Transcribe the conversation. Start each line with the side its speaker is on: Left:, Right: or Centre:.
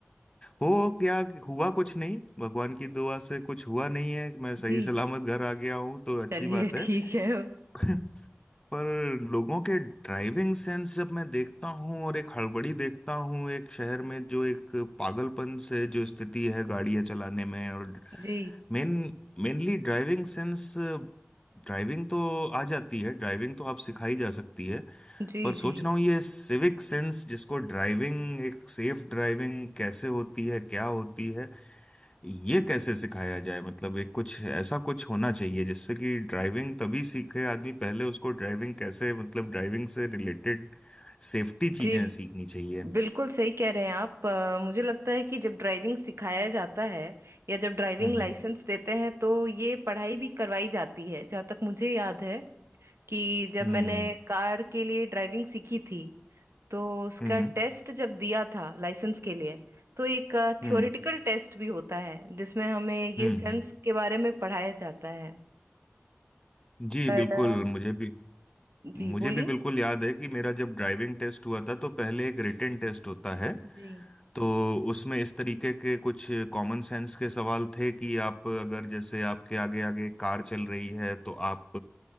Left: हो क्या हुआ कुछ नहीं भगवान की दुआ से कुछ हुआ नहीं है मैं सही
Right: जी
Left: सलामत घर आ गया हूँ तो अच्छी
Right: चलिए
Left: बात
Right: <laughs> ठीक
Left: है
Right: है
Left: <laughs> पर लोगों के ड्राइविंग सेंस जब मैं देखता हूँ और एक हड़बड़ी देखता हूँ एक शहर में जो एक पागलपन से जो स्थिति है गाड़ियाँ चलाने में और
Right: जी
Left: main mainly driving sense Driving तो आ जाती है ड्राइविंग तो आप सिखाई जा सकती है
Right: जी
Left: पर सोच
Right: जी
Left: रहा हूँ ये सिविक सेंस जिसको ड्राइविंग एक सेफ ड्राइविंग कैसे होती है क्या होती है ये कैसे सिखाया जाए मतलब एक कुछ ऐसा कुछ होना चाहिए जिससे कि ड्राइविंग तभी सीखे आदमी पहले उसको ड्राइविंग कैसे मतलब ड्राइविंग से रिलेटेड सेफ्टी चीजें
Right: जी
Left: सीखनी चाहिए
Right: बिल्कुल सही कह रहे हैं आप अ, मुझे लगता है कि जब ड्राइविंग सिखाया जाता है या जब ड्राइविंग
Left: हम्म
Right: लाइसेंस देते हैं तो ये पढ़ाई भी करवाई जाती है जहाँ तक मुझे याद है कि जब
Left: हम्म
Right: मैंने कार के लिए ड्राइविंग सीखी थी तो उसका
Left: हम्म हम्म
Right: टेस्ट जब दिया था लाइसेंस के लिए तो एक
Left: हम्म
Right: थ्योरेटिकल टेस्ट भी होता है जिसमें हमें ये
Left: हम्म।
Right: सेंस
Left: हम्म।
Right: के बारे में पढ़ाया जाता है
Left: जी
Right: पर
Left: बिल्कुल
Right: अ,
Left: मुझे भी
Right: जी
Left: मुझे
Right: बोलिए
Left: भी बिल्कुल याद है कि मेरा जब ड्राइविंग टेस्ट हुआ था तो पहले एक रिटेन टेस्ट होता है
Right: जी
Left: तो उसमें इस तरीके के कुछ कॉमन सेंस के सवाल थे कि आप अगर जैसे आपके आगे आगे कार चल रही है तो आप